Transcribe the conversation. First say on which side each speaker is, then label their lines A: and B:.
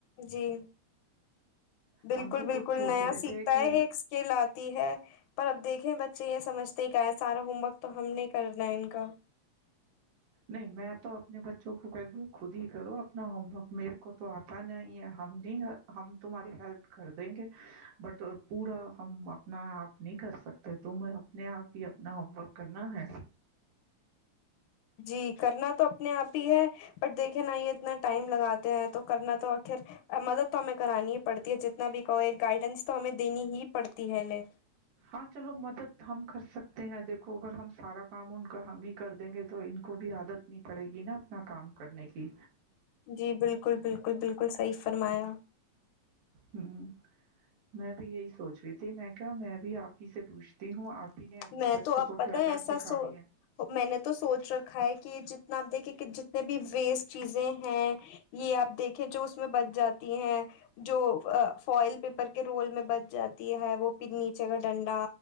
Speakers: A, on the left; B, on the right.
A: جی بالکل
B: ہم تو
A: بالکل
B: خود سوچ
A: نیا
B: رہے
A: سیکھتا
B: تھے کہ
A: ہے ایک سکیل آتی ہے پر اب دیکھے بچے یہ سمجتے کیا ہے سارا ہوم ورک تو ہم نے کرنا ہے ان کا
B: نہیں میں تو اپنے بچوں کو کہتی ہوں خود ہی کرو اپنا ہوم ورک میرے کو تو آتا نہیں ہے ہم نہیں ہم تمہاری ہیلپ کر دیں گے بٹ پورا ہم اپنا آپ نہیں کر سکتے تمہیں اپنے آپ ہی اپنا ہوم ورک کرنا ہے
A: جی کرنا تو اپنے آپ ہی ہے بٹ دیکھے نا یہ اتنا ٹائم لگاتے ہیں تو کرنا تو آخر مدد تو ہمیں کرانی ہی پڑتی ہے جتنا بھی کہو ایک گائیڈنس تو ہمیں دینی ہی پڑتی ہے انہیں
B: ہاں چلو مدد ہم کر سکتے ہیں دیک کو اگر ہم سارا کام ان کا ہم ہی کر دیں گے تو ان کو بھی عادت نہیں پڑے گی نا اپنا کام کرنے کی
A: جی بالکل بالکل بالکل صحی فرمایا
B: ہوں میں بھی یہی سوچ رہی تھی میں کیا میں بھی آپ ہی سے پوچھتی ہوں آپ ہی نے اپنے
A: میں
B: بچوں
A: تو اب
B: کو
A: پتا
B: کیا
A: ہے
B: کیا
A: ایسا
B: سکھا
A: سو
B: رہی ہیں
A: میں نے تو سوچ رکھا ہے کہ یہ جتنا آپ دیکھیے کہ جتنے بھی ویسٹ چیزیں ہیں یہ آپ دیک جو اس بچ جاتی ہیں جو فل پیپر ر میں ب جاتی ہے وہ پھر نیچے کا ڈنڈا